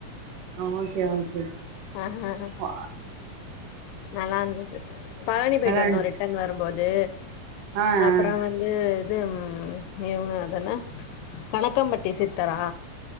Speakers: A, on the right; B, on the left.
A: ஆ ஓகே ஓகே
B: ஆஹா ஆஹா
A: ப
B: நல்லா இருந்துது பழனி போயிட்டு
A: நல்லா
B: வந்தோ
A: இருந்துச்சு
B: ரிட்டன் வரும் போது
A: ஆ ஆ
B: அப்றோ வந் து இது ம் மிவுங்க அது என்ன கனக்கம்பட்டி சித்தரா